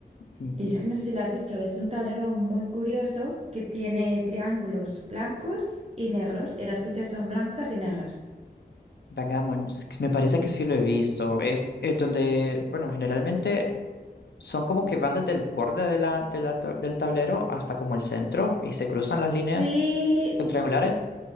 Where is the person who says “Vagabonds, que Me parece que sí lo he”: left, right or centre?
Left